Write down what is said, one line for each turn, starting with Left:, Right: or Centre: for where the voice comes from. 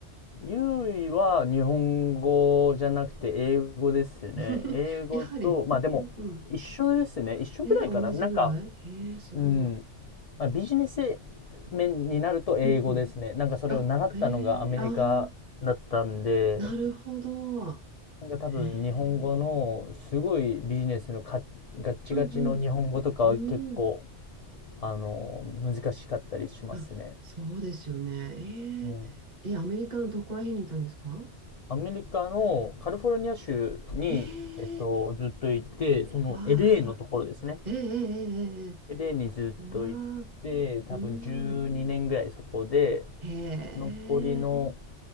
Left: ゆいは日本語じゃなくて英語ですね。
Right: <laughs>
Left: 英語と、
Right: やはり。
Left: まあでも一緒ですね。
Right: うんうん。
Left: 一緒ぐらいかな。
Right: えー同じぐらいえーすごい。
Left: なんか、うん。まあ、ビジネス面になると英語ですね。
Right: うんうん。
Left: なんかそれを習ったのがアメリカだったんで、
Right: あ、えーあーなるほど。
Left: なんか多分日本語のすごいビジネスのかガッチガチの日本語とかは結構
Right: えーうんうん。うん。
Left: あの難しかったりしますね。
Right: あ、そうですよね。えーえーアメリカのどこら辺にいたんですか
Left: うん、アメリカのカリフォルニア州に、
Right: えー
Left: えっと、ずっといて、その
Right: わ
Left: LA のところですね。
Right: ーええええええ。
Left: LA にずっといて、
Right: うわあ、
Left: 多分12年ぐらいそこで、
Right: うん。へえ、
Left: 残りの